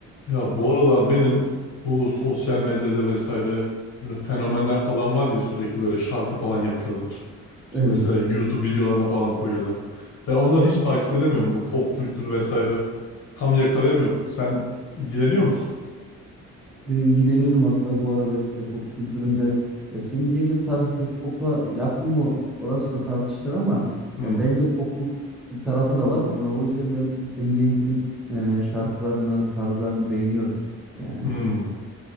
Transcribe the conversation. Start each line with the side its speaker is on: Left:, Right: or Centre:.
Left: Ya bu aralar benim bu sosyal medyada vesaire böyle fenomenler falan var ya sürekli böyle şarkı falan yapıyorlar. İşte
Centre: Evet.
Left: mesela YouTube videolarına falan koyuyorlar. Ben onları hiç takip edemiyorum bu pop kültür vesaire. Tam yakalayamıyorum. Sen ilgileniyor musun?
Centre: Ben ilgileniyorum hatta bu aralar işte pop kültüründe. Ya Sammy Jenkins tarzı pek pop'a yakın mı orası da tartışılır ama
Left: Hmm,
Centre: ya bence popluk bir tarafı da var. Ve O yüzden ben Sammy Jenkins'in e, şarkılarını, tarzlarını beğeniyordum. Yani
Left: hmm,